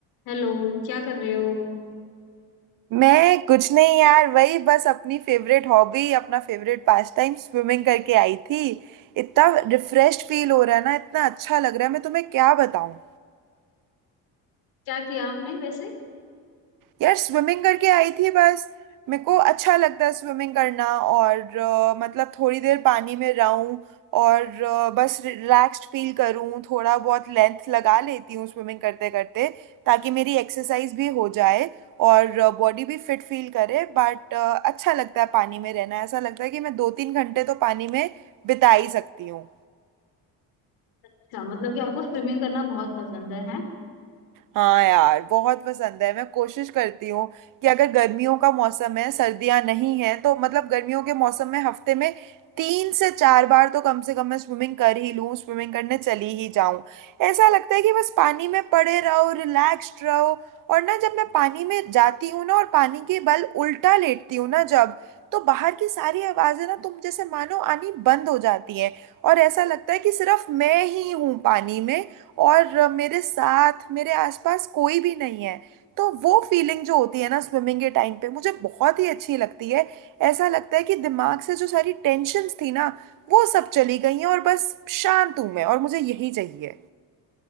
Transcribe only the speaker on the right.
मैं कुछ नहीं यार वही बस अपनी फेवरेट हॉबी अपना फेवरेट पास टाइम स्विमिंग करके आई थी इतना रिफ्रेश फील हो रहा है ना इतना अच्छा लग रहा है मैं तुम्हें क्या बताऊं
यार स्विमिंग करके आई थी बस मेरे को अच्छा लगता है स्विमिंग करना और अ, मतलब थोड़ी देर पानी में रहूं और अ, बस रिलैक्स्ड फील करूं थोड़ा बहुत लेंथ लगा लेती हूँ स्विमिंग करते करते ताकि मेरी एक्सरसाइज भी हो जाए और बॉडी भी फिट फील करे बट अच्छा लगता है पानी में रहना ऐसा लगता है कि मैं दो तीन घंटे तो पानी में बिता ही सकती हूँ
हाँ यार बहुत पसंद है मैं कोशिश करती हूँ कि अगर गर्मियों का मौसम है सर्दियाँ नहीं है तो मतलब गर्मियों के मौसम में हफ्ते में तीन से चार बार तो कम से कम मैं स्विमिंग कर ही लूँ स्विमिंग करने चली ही जाऊँ ऐसा लगता है कि बस पानी में पड़े रहो रिलैक्स्ड रहो और ना जब मैं पानी में जाती हूँ ना और पानी के बल उल्टा लेटती हूँ ना जब तो बाहर की सारी आवाज़ें ना तुम जैसे मानो आनी बंद हो जाती हैं और ऐसा लगता है कि सिर्फ मैं ही हूँ पानी में और मेरे साथ मेरे आसपास कोई भी नहीं है तो वो फीलिंग जो होती है ना स्विमिंग के टाइम पे मुझे बहुत ही अच्छी लगती है ऐसा लगता है कि दिमाग से जो सारी टेंशन्स थी ना वो सब चली गई हैं और बस शांत हूं मैं और मुझे यही चाहिए